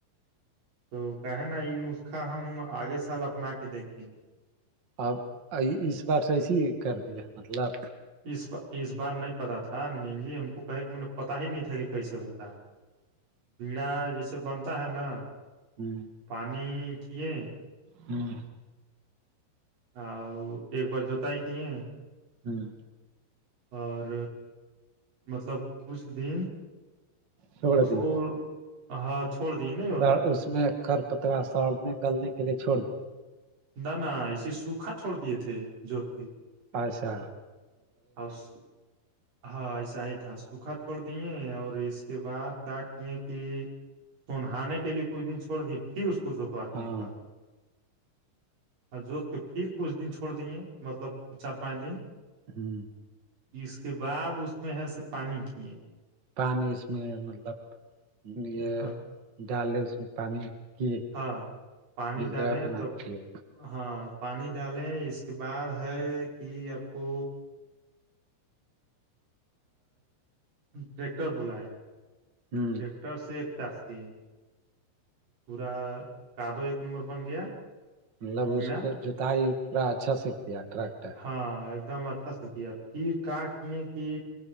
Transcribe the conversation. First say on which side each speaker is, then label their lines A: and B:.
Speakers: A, on the right (about 45°); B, on the right (about 65°).
A: تو کہے نا یہ نسخہ ہم آگے سال اپنا کے دیکھیں گے
B: اب اس بار سے ایسیے ہی کر دیا مطلب
A: اس بار اس بار نہیں پتا تھا نینیم جی ہم کو کہے کہ مے پتاہ ہی نہیں تھا کہ کیسے ہوتا ہے
B: <inaudible>
A: بیڑا جیسے بنتا ہے نا
B: ہوں
A: پانی کیے
B: ہوں
A: آ ایک بار جوتا ہے کیے
B: ہاں
A: اور مطلب کچھ دن
B: چھوڑ
A: اس کو ہاں چھوڑ دیے ن
B: س اس میں کر پتلاا ساڑ میں گلنے کے لیے چھوڑ دیے
A: نہ نہ ایے سوکھا چھوڑ دیے تھے جوت کے
B: اچھا
A: اؤس ہاں ایسا ہی تھا سوکھا چھوڑ دیے اور اس کے بعد کیا کیے کہ تونانے کے لیے کچھ دن چھوڑ د پھر اس کو جوتوا د
B: ہاں
A: ایک بار اور جوت کے پھر کچھ دن چھوڑ دییںے مطلب چار پانچ دن
B: ہوں
A: اس کے بعد اس میں ہے س پانی کے
B: پانی اس میں مطلب یہ
A: ہاں
B: ڈال لے اس میں پانی کی ایک
A: ہاں پانی
B: بگڑا
A: ڈالیں
B: بنانے
A: تب
B: کے لیے
A: ہاں پانی ڈالیں اس کے بعد ہے کہ آپ کو ٹریکٹر بلایا
B: ہ
A: ٹیکٹر ٹر سے ایک چاس کی ہے پورا کادو ایک نمبر بن گیا
B: مطلب
A: بیڑا
B: اس کو جتائی پورا اچھا سے کیا ٹریکٹر
A: ہاں ایک دم اچھا سے کیا پھر کا کیے کی